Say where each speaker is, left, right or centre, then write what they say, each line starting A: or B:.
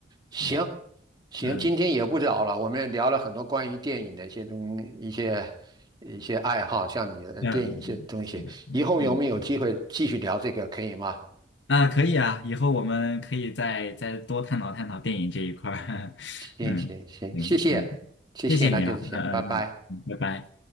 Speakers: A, on the right; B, on the left.
A: 行
B: 对，
A: 行，
B: 嗯
A: 今天也不早了，我们也聊了很多关于电影的一些东一些一些爱好，像你的呃电影一些东西，
B: 嗯嗯，嗯是的，
A: 以后有没有机会继续聊这个，
B: 嗯，
A: 可以吗？
B: 那可以啊，以后我们可以再再多探讨探讨电影这一块儿，
A: 行行行，
B: <laughs> 嗯嗯嗯，
A: 谢谢谢谢，
B: 谢谢你啊，
A: 那就这些，
B: 嗯嗯嗯嗯，
A: 拜拜。
B: 拜拜。